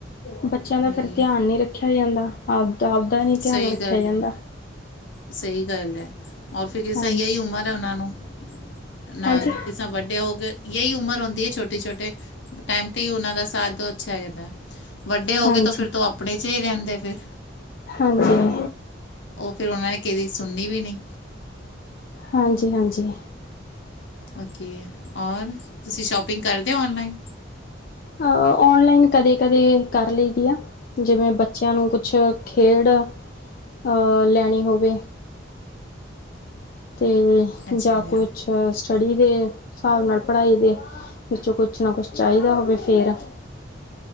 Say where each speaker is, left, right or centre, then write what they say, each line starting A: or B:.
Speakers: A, on the left; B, on the left.
A: ਬੱਚੇਆਂ ਦਾ
B: ਨਹੀਂ
A: ਫੇਰ ਧਿਆਨ ਨੀ ਰੱਖੇਆ ਜਾਂਦਾ। ਆਪ ਦਾ ਆਪ ਦਾ ਨੀ
B: ਸਹੀ
A: ਧਿਆਨ ਰੱਖੇਆ
B: ਗੱਲ
A: ਜਾਂਦਾ।
B: ਹੈ ਸਹੀ ਗੱਲ ਏ। ਔਰ ਫੇਰ ਇਸ
A: ਹਾਂਜੀ
B: ਯੇਈ ਉਮਰ ਹੈ ੳਨਾਂ ਨੂੰ ਨਾਲ
A: ਹਾਂਜੀ
B: ਕਿਸਾਂ ਵੱਡੇ ਹੋ ਗਏ ਯੇਈ ਉਮਰ ਹੁੰਦੀ ਏ ਛੋਟੇ-ਛੋਟੇ ਟੈਮ ਤੇ ਈ ੳਨਾਂ ਦਾ ਸਾਥ ਦੋ ਅੱਛਾ ਹੈਦਾ ਏ। ਵੱਡੇ ਹੋ
A: ਹਾਂਜੀ
B: ਕੇ ਤੇ ਫੇਰ ਤੋ ੳ ਅਪਣੇ ਚ ਹੀ ਰਹੰਦੇ ਫਿਰ।
A: ਹਾਂਜੀ।
B: ੳ ਫਿਰ ੳਨਾਂ ਨੇ ਕਿਦੀ ਸੁਨੀ ਵੀ ਨਈ।
A: ਹਾਂਜੀ-ਹਾਂਜੀ।
B: ਓਕੇ, ਔਰ ਤੁਸੀ ਸ਼ੋਪਿੰਗ ਕਰਦੇ ਹੳ ਔਨਲਾਈਨ?
A: ਅ ਔਨਲਾਈਨ ਕਦੇ-ਕਦੇ ਕਰ ਲਈ ਦੀ ਆ। ਜਿਵੇਂ ਬੱਚੇਆਂ ਨੂੰ ਕੁਛ ਖੇਡ ਅਹ ਲੈਨੀ ਹੋਵੇ। ਤੇ
B: ਅੱਛਾ
A: ਜਾਂ
B: ਜੀ
A: ਕੁਛ ਸਟਡੀ ਦੇ ਸਾਬ ਨਾਲ ਪੜਾਈ ਦੇ ਵਿੱਚੋਂ ਕੁਛ ਨਾ ਕੁਛ ਚਾਈਦਾ ਹੋਵੇ ਫੇਰ ਆ